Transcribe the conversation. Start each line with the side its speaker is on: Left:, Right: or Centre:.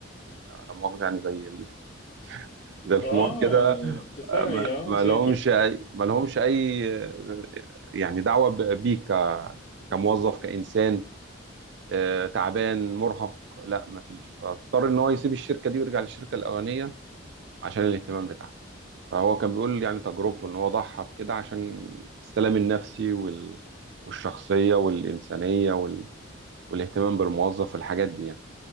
Right: لا مؤاخذة يعني زي ال- <laughs> زي الحمار
Left: اه
Right: كده
Left: بتاعي
Right: آه، ما
Left: اه
Right: ما
Left: زي
Right: لهمش
Left: طرف
Right: أي ما لهمش أي آه، يعني دعوة ب- بيك ك- كموظف كإنسان آه، تعبان مرهق لا مفيش فاضطر إن هو يسيب الشركة دي ويرجع للشركة الأولانية عشان الاهتمام بتاعها فهو كان بيقول يعني تجربته ان هو ضحى بكده عشان السلام النفسي وال... والشخصية والإنسانية وال... والاهتمام بالموظف والحاجات دي يعني